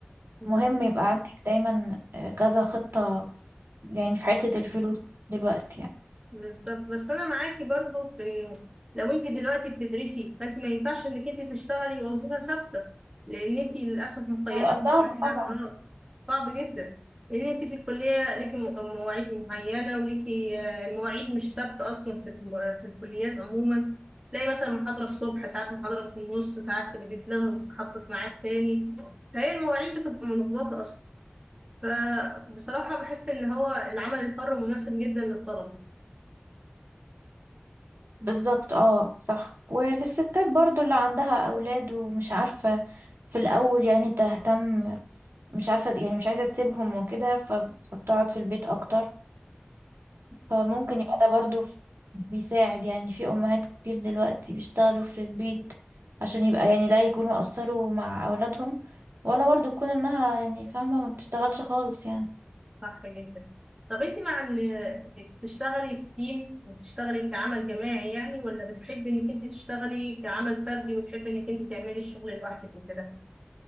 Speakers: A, on the right; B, on the right.
A: يعني
B: مهم يبقى عندك دايما آه، كذا خطة يعني في حتة الفلوس دلوقتي يعني
A: بالظبط بس انا معاكي برضو في لو انت دلوقتي بتدرسي فانت ما ينفعش انك انت تشتغلي وظيفه ثابته لان انت للاسف مقيده
B: هيبقى
A: بمواعيد
B: صعب طبعا
A: اه صعب جدا لان انت في الكليه ليكي م- مواعيد معينه وليكي آه، المواعيد مش ثابته اصلا في الم- في الكليات عموما تلاقي مثلا محاضره الصبح ساعات محاضره في النص ساعات بتتلغى وتتحط في ميعاد تاني فهي المواعيد بتبقى ملخبطه اصلا فبصراحه بحس ان هو العمل الحر مناسب جدا للطلبه
B: بالظبط اه صح وللستات برضو اللي عندها أولاد ومش عارفة في الأول يعني تهتم مش عارفة يعني مش عايزة تسيبهم وكده ف- فبتقعد في البيت أكتر فممكن يبقى ده برضو ف- بيساعد يعني في أمهات كتير دلوقتي بيشتغلوا في البيت عشان يبقى يعني لا يكونوا قصروا مع أولادهم ولا برضو تكون إنها يعني فاهمة ما بتشتغلش خالص يعني
A: صح جدا طب انت مع ان تشتغلي في تيم وتشتغلي كعمل جماعي يعني ولا بتحبي انك انت تشتغلي كعمل فردي وتحبي انك انت تعملي الشغل لوحدك وكده